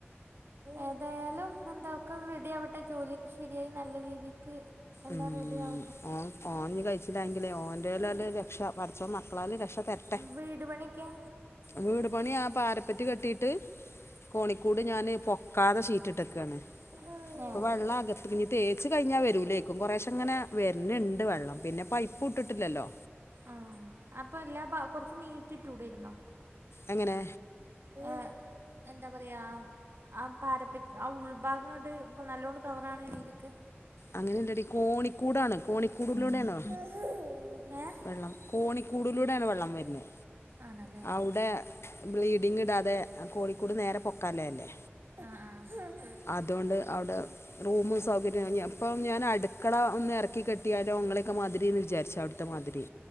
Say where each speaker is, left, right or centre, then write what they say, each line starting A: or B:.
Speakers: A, on the right; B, on the left.
A: ഏതായാലും എന്താ ഒക്കെ റെഡി ആവട്ടെ ജോലിയക്കെ ശരിയായി നല്ല രീതിക്ക് എല്ലാം
B: ഉം
A: റെഡി ആവട്ടെ
B: ഓ ഓഞ്ഞ് കഴിച്ചില്ലാങ്കിലേ ഓന്റെ
A: ഉം,
B: ശെ പടച്ചോൻ മക്കളാൽ രക്ഷ തരട്ടെ
A: വീട് പണിക്കെ
B: വീട് പണി ആ പാരപ്പറ്റി കെട്ടിട്ട് കോണിക്കൂട് ഞാന് പൊക്കാതെ ശീ റ്റിട്ടേക്കാണ്
A: ഏ.
B: ഇപ്പൊ വെള്ളം അകത്ത് ഇനി തേച്ച് കഴിഞ്ഞാൽ വരൂലേക്കും കുറശേ അങ്ങനെ വരുന്നുണ്ട് വെള്ളം പിന്നെ പൈപ്പ പൂട്ടിട്ടില്ലല്ലോ
A: ആഹ് അപ്പം എല്ലാ കുറച്ച് നീട്ടിട്ടുടേരുന്നോ
B: എങ്ങനെ
A: ആഹ് എന്താ പറയാ ആഹ് പാര ആഹ് ഉൾഭാഗം ഇങ്ങട്ട് നല്ലോണം കവർ ആവണ രീതിക്ക്
B: അങ്ങനെ ഇല്ലടി കോണിക്കൂടാണ് കോണിക്കൂടിലൂടെ ആണ്
A: ഏഹ്
B: വെള്ളം കോണിക്കൂടിലൂടെയാണ് വെള്ളം വരുന്നെ
A: ആണല്ലേ
B: അവുടെ- ബ്ലീഡിങ് ഇടാതെ ആ കോഴിക്കൂട് നേരെ പൊക്കാല്ലെ അല്ലേ
A: ആഹ്ആഹ്
B: അതോണ്ട് അവ്ടെ റൂമും സൗകര്യം ഞപ്പം ഞാനട്ക്കള ഒന്ന് എറക്കി കെ ട്ടിയാലുംങ്ങളേക്കെ മാതിരീന്ന് വിചാര്ച്ചാ ട്‌ത്തമാതിരി